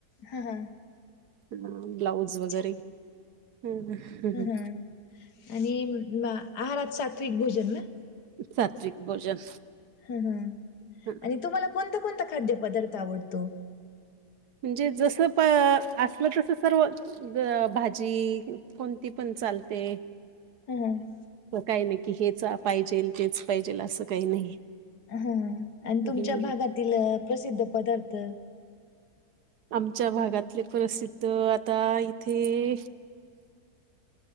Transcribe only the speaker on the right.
अं... ब्लाऊज
वगैरे... हू, हं हं.
सात्विक भोजन.
हं.
म्हणजे जस प असलं तस सर्व अ भाजी कोणती पण चालते.
काही नाही, की हेच पाहिजेल, तेच पाहिजेल, असं काही नाही.
हम्म
आमच्या भागातले प्रसिद्ध आता इथे